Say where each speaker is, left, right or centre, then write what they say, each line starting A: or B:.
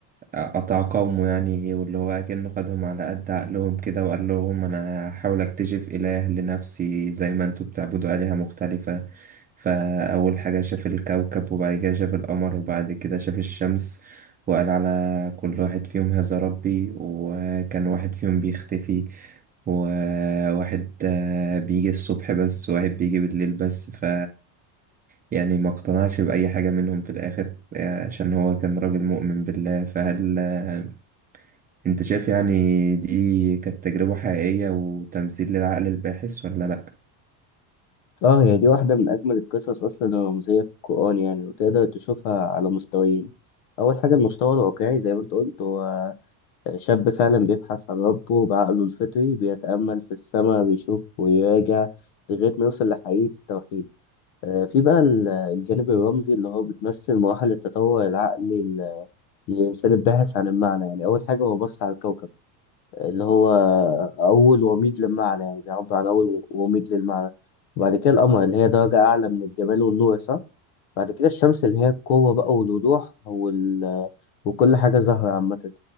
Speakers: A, on the right; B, on the left.
A: أتعاقموا يعني واللي هو أكنه خدهم على قد عقلهم كده وقال لهم أنا هحاول أكتشف إله لنفسي زي ما أنتوا بتعبدوا آلهة مختلفة فأول حاجة شاف الكوكب وبعد كده شاف القمر وبعد كده شاف الشمس وقال على كل واحد فيهم هذا ربي وكان واحد فيهم بيختفي وواحد آه، بيجي الصبح بس وواحد بيجي بالليل بس ف يعني ما اقتنعش بأي حاجة منهم في الآخر عشان هو كان راجل مؤمن بالله فهل آه، انت شايف يعني دي كانت تجربة حقيقية وتمثيل للعقل الباحث ولا لأ؟
B: اه هي دي واحدة من أجمل القصص أصلا الرمزية في القرآن يعني وتقدر تشوفها على مستويين أول حاجة المستوى الواقعي زي ما أنت قلت هو شاب فعلا بيبحث عن ربه بعقله الفطري بيتأمل في السماء بيشوف ويراجع لغاية ما يوصل لحقيقة التوحيد آه، في بقى ال- الجانب الرمزي اللي هو بتمثل مراحل التطور العقلي ال- للإنسان الباحث عن المعنى يعني أول حاجة هو بص على الكوكب اللي هو أول وميض للمعنى يعني بيعبر عن أول وميض للمعنى وبعد كده القمر اللي هي درجة أعلى من الجمال والنور صح؟ بعد كده الشمس اللي هي القوة بقى والوضوح وال... وكل حاجة ظاهرة عامة